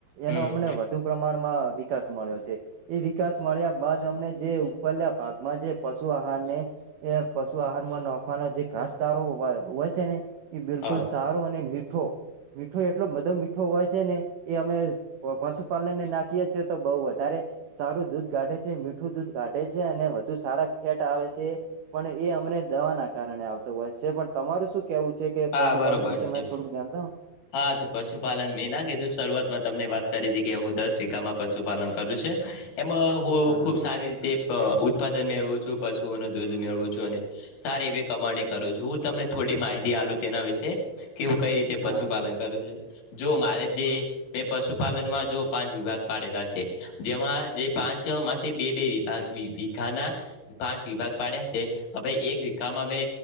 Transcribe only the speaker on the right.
એનો
અમને વ ધુ પ્રમાણમાં વિકાસ મળ્યો છે. એ વિકાસ મળ્યા બાદ, અમને જે ઉપરના ભાગમાં જે પશુ આહારને એ પશુ આહારમાં નોખવાનો જે ઘાસચારો હોય-હોય છે ને ઈ બિલકુલ
સારો અને મીઠો, મીઠો એટલો બધો મીઠો હોય છે ને, એ અમે તો પશુપાલનને નાખીએ છીએ તો બહુ વધારે સારું દૂધ કાઢે છે, મીઠું દૂધ કાઢે છે અને વધુ સારા ફેટ આવે છે. પણ એ અમને દવા નાખ કારણે આવતા હોય છે, પણ તમારું શું કેવું છે કે
પશુપાલન
વિશે મને
થોડુંક જાણતા હો?
હા
હા
હા